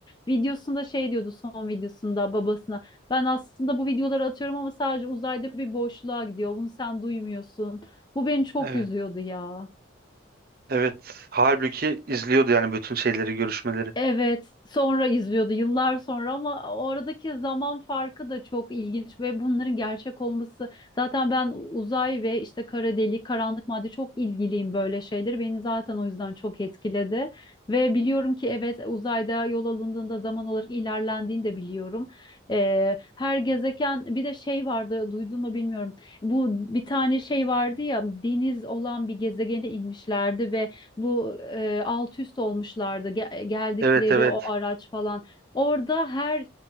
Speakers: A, on the left; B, on the right.
A: Videosunda şey diyordu son videosunda babasına. Ben aslında bu videoları atıyorum ama sadece uzayda bir boşluğa gidiyor. Bunu sen duymuyorsun. Bu beni çok
B: Evet,
A: üzüyordu ya.
B: evet. Halbuki izliyordu yani bütün şeyleri, görüşmeleri.
A: Evet, sonra izliyordu yıllar sonra ama oradaki zaman farkı da çok ilginç ve bunların gerçek olması. Zaten ben uzay ve işte kara delik, karanlık madde çok ilgiliyim böyle şeyleri. Beni zaten o yüzden çok etkiledi. Ve biliyorum ki evet uzayda yol alındığında zaman olarak ilerlendiğini de biliyorum. Ee, her gezegen bir de şey vardı duydun mu bilmiyorum. Bu bir tane şey vardı ya deniz olan bir gezegene inmişlerdi ve bu e, alt üst olmuşlardı Ge- geldikleri
B: Evet, evet.
A: o araç falan. Orada her